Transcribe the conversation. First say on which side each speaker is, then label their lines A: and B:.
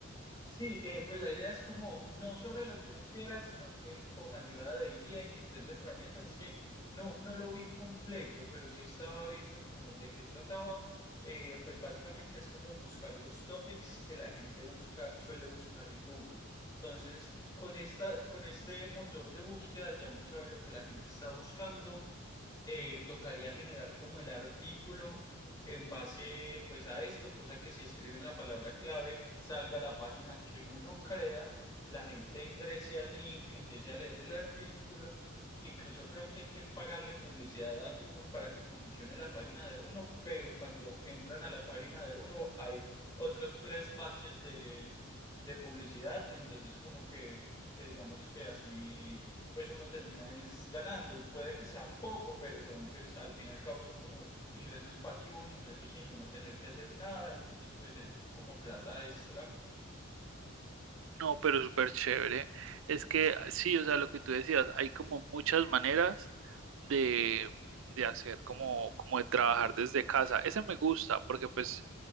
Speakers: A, on the left (about 20°); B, on the right (about 65°).
A: Sí, eh, pues la idea es como no sobre lo que uno quiera, sino que con ayuda de guía y diferentes herramientas. Es que no, no lo vi completo, pero sí estaba viendo como de qué trataba. Eh, pues básicamente es como buscar los topics que la gente busca, suele buscar en Google. Entonces, con esta, con este motor de búsqueda ya uno sabe lo que la gente está buscando eh, tocaría generar como el artículo en base pues a esto, cosa que si escriben la palabra clave salga la página que uno crea, la gente ingrese al link, empiece a leer el artículo. Incluso creo que hay que pagarle publicidad a Google para que promocione la página de uno, pero cuando entran a la página de uno hay otros tres badges de, de publicidad, entonces como que, que digamos que así pues uno termina es ganando. Puede que sea poco, pero son, pues al fin y al cabo son como ingresos pasivos, ingresos sin uno tener que hacer nada, entonces pues es como plata extra.
B: No, pero súper chévere. Es que sí, o sea, lo que tú decías, hay como muchas maneras de, de hacer, como, como de trabajar desde casa. Ese me gusta porque pues